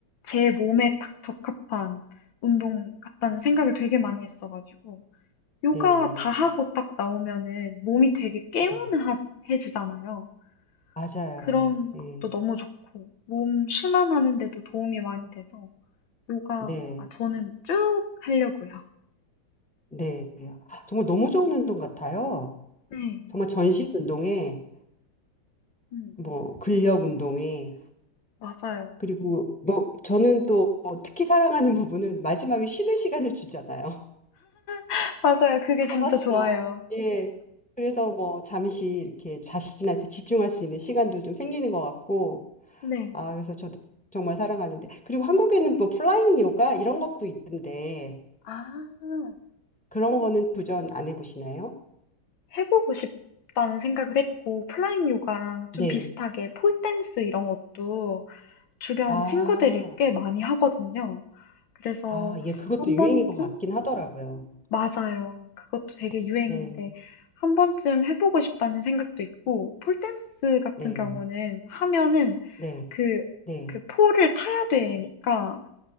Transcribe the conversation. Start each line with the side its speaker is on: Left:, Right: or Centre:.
Left: 제 몸에 딱 적합한 운동 같다는 생각을 되게 많이 했어가지고 요가
Centre: 네.
Left: 다 하고 딱 나오면은 몸이 되게 개운해지잖아요.
Centre: 네. 맞아요.
Left: 그런
Centre: 네.
Left: 것도 너무 좋고 몸 순환하는 데도 도움이 많이 돼서 요가
Centre: 네.
Left: 아, 저는 쭉 하려고요.
Centre: 네. 정말 너무 좋은 운동 같아요.
Left: 네.
Centre: 정말 전신 운동에,
Left: 음,
Centre: 뭐,
Left: 음.
Centre: 근력 운동에,
Left: 맞아요.
Centre: 그리고 뭐, 저는 또 특히 사랑하는 부분은 마지막에 쉬는 시간을 주잖아요.
Left: <laughs> 맞아요. 그게 진짜
Centre: 타바스나.
Left: 좋아요.
Centre: 예. 그래서 뭐 잠시 이렇게 자신한테 집중할 수 있는 시간도 좀 생기는 것 같고,
Left: 네.
Centre: 아, 그래서 저도 정말 사랑하는데. 그리고 한국에는 뭐 플라잉 요가 이런 것도 있던데,
Left: 아,
Centre: 그런 거는 도전 안 해보시나요?
Left: 해보고 싶다는 생각을 했고, 플라잉 요가랑 좀
Centre: 네.
Left: 비슷하게 폴댄스 이런 것도 주변
Centre: 아,
Left: 친구들이 꽤 많이 하거든요. 그래서
Centre: 아, 예, 그것도
Left: 한
Centre: 유행인
Left: 번쯤
Centre: 것 같긴 하더라고요.
Left: 맞아요. 그것도 되게 유행인데
Centre: 네,
Left: 한 번쯤 해보고 싶다는 생각도 있고 폴댄스 같은
Centre: 네,
Left: 경우는 하면은
Centre: 네,
Left: 그,
Centre: 네.
Left: 그 폴을 타야 되니까